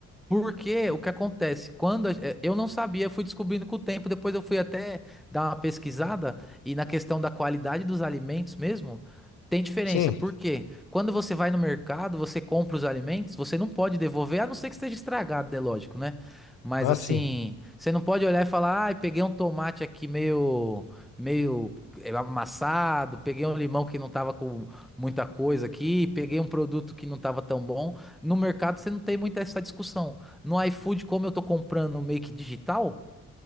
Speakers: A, in the centre; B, on the left.
A: Porque o que acontece? Quando a- eh, eu não sabia, fui descobrindo com o tempo, depois eu fui até dar uma pesquisada e na questão da qualidade dos alimentos mesmo, tem diferença.
B: Sim.
A: Por quê? Quando você vai no mercado, você compra os alimentos, você não pode devolver, a não ser que esteja estragado, é lógico, né? Mas
B: Ah,
A: assim,
B: sim.
A: você não pode olhar e falar, ai, peguei um tomate aqui meio meio eh, amassado, peguei um limão que não tava com muita coisa aqui, peguei um produto que não tava tão bom. No mercado você não tem muito essa discussão. No iFood, como eu tô comprando meio que digital,